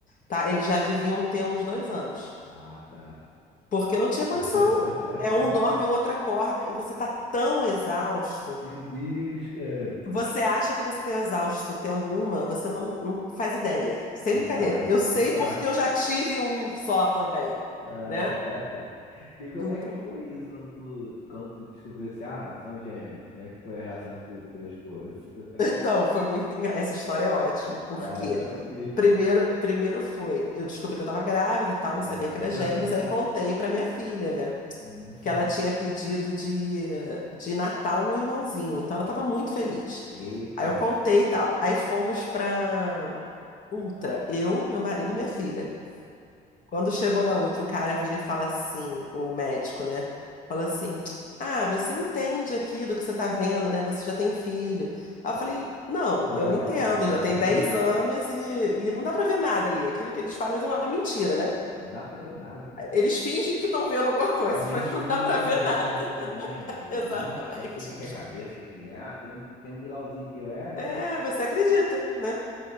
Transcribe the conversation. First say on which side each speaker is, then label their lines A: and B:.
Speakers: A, on the left; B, on the left.
A: tá? Eles já deviam ter uns dois anos.
B: Ah, tá.
A: Porque não tinha
B: <laughs>
A: condição. É um dorme, o outro acorda, e você tá tão exausto.
B: Meu Deus, cara.
A: Você acha que você está exausto tendo uma, você não, não faz ideia. Sem
B: Não
A: brincadeira.
B: faço,
A: Eu sei
B: não faço.
A: porque eu já tive um só também,
B: Ah,
A: né?
B: <laughs> E como
A: Então,
B: é que foi isso quando tu, quando tu descobriu assim, ah, são gêmeos? Como é que foi a reação do teu esposo?
A: <laughs>
B: <laughs>
A: então foi muito engra... Essa história é ótima, porque
B: Vai, eu quero ouvir.
A: primeiro, primeiro foi, eu descobri que eu estava grávida, e tal, não
B: Ah.
A: sabia que era gêmeos, aí contei
B: <laughs>
A: para minha filha, né?
B: Hum,
A: Que ela tinha pedido de, de Natal um irmãozinho, então ela estava muito feliz.
B: Eita.
A: Aí eu contei e tal. Aí fomos para Ultra, eu, meu marido e minha filha. né? Quando chegou na outra, o cara vira e fala assim, o médico, né? Fala assim: Ah, você entende aqui do que você tá vendo, né? Você já tem filho. Aí eu falei: Não, eu
B: É,
A: não entendo.
B: ué.
A: Já tem
B: <laughs>
A: 10 anos e, e não dá pra ver nada ali. Aquilo que eles falam é uma mentira, né?
B: Não dá pra ver nada, pô.
A: Eles fingem que estão vendo alguma coisa,
B: A gente
A: mas não
B: usa
A: dá
B: imaginação
A: pra ver nada.
B: pra ver
A: <laughs>
B: também. Eu
A: Exatamente.
B: não, não sei o que que é cabeça, o que que é. Ah, tem um, tem um bilauzinho aqui. Eu, é,
A: É,
B: é.
A: você acredita, né?